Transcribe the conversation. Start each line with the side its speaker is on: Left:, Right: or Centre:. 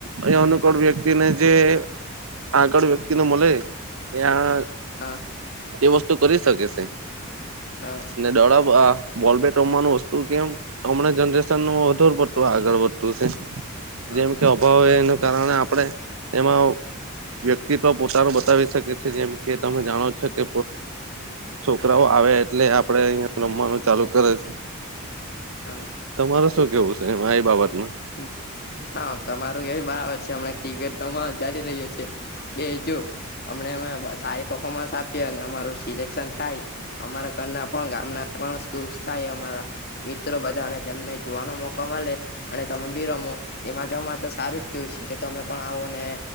Right: અ અનુકૂળ વ્યક્તિને જે આગળ વ્યક્તિને મળે એઆ
Left: હા.
Right: વસ્તુ કરી શકે છે
Left: હા
Right: ને દોળવવા બોલબેટ રમવાનું વસ્તુ કેમ અમને જનરેશન વધુ પડતું આગળ વધતું છે. જેમ
Left: હા
Right: કે અભાવ હો એનું કારણે આપડણે એમાં વ્યક્તિત્વ પોતાનું બતાવી શકે છે જેમ કે તમે જાણો છો કે છોકરાઓ આવે એટલે આપડે અહિયાં રમવાનું ચાલુ કરે છે.
Left: હા
Right: તમારે શું કેવું છે એમ આ બાબતમાં
Left: <inaudible> હા તમારું એવી બરાબર છે હમણાં ક્રિકેટ તો ચાલી રહ્યો છે કે જો અમને સારી પરફોમન્સ આપીએ અને અમારું સિલેક્શન થાય અમારા ઘરના પણ ગામના પણ ખુશ થાય અમારા મિત્રો બધા અને તેમને જોવાનો મોકો મળે અને તમે બી રમો એ માટે હરે તો સારું જ કેવું છે કે તમે પણ આવો ને